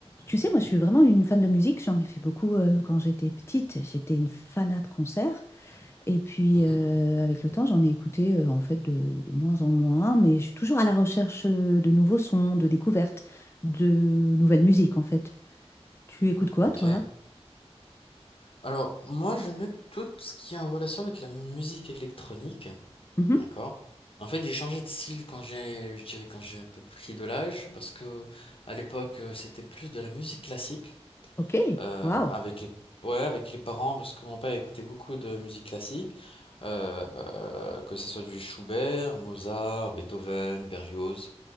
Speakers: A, on the left (about 25°); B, on the left (about 55°).
A: Tu sais, moi, je suis vraiment une fan de musique. J'en ai fait beaucoup euh, quand j'étais petite. J'étais une fanat de concerts. Et puis,
B: Mhm,
A: euh, avec le temps, j'en ai écouté euh, en fait de, de moins en moins. Mais je suis toujours à la recherche euh, de nouveaux sons, de découvertes, de nouvelles musiques, en fait. Tu écoutes quoi,
B: ok.
A: toi?
B: Alors, moi, j'aime bien tout ce qui est en relation avec la musique électronique.
A: Mhm.
B: D'accord. En fait, j'ai changé de style quand j'ai, je dirais, quand j'ai un peu pris de l'âge, parce que à l'époque, euh, c'était plus de la musique classique.
A: Ok,
B: euh,
A: waouh.
B: avec les ouais avec les parents parce que mon père écoutait beaucoup de musique classique euh, euh, que ce soit du Schubert, Mozart, Beethoven, Berlioz,